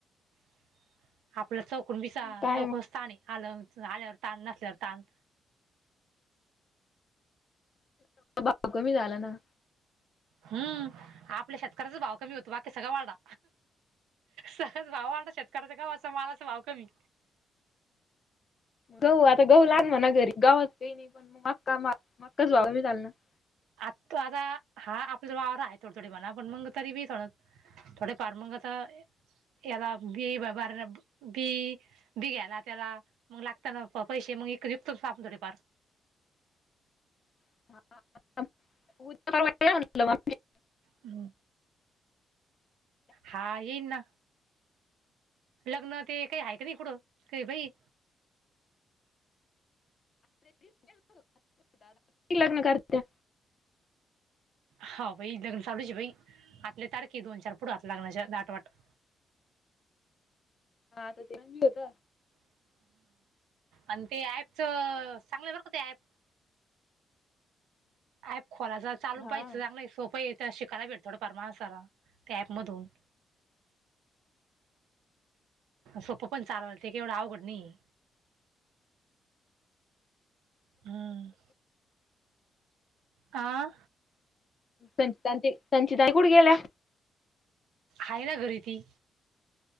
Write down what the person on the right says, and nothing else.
<inaudible> आपलं चौकून बसा,
चौकूनच
ताण आहे, आलं आल्यावर ताण नसल्यावर ताण
हम्म.. आपल्या शेतकऱ्याचा भाव कमी होतो, बाकी सगळं वाढा सहज भाव वाढत, शेतकऱ्याच गावाच मालाचा भाव कमी
आत् तो आता हा आपला वावर आहे थोड थोडी म्हणा पण मग तरी बी ण थोडे पार मग तर याला <inaudible> बार बी बी घ्यायला त्याला मग लागत ना पैसे, मग इ जिकतो आपण थोडे फार
हम हा येईन ना लग्न ते काही आहे का नाही, कूठ? काही बाई
हो बाई लग्न चालूच आहे बाई, आपले तारखे दोन- चार पुढे असनार लग्नाच्या दाटवाट <inaudible>
अन ते ऍपच चांगलं करत काय एप... अ खोला चालून
पाहियं चांगला सोपय शिकाला भेटत थोडा फार मानसाला त्या ऍप मधून सोपं पण चालवल ते केवढं अवघड नाहीये. हम्म. आ?
आहे ना घरी ती.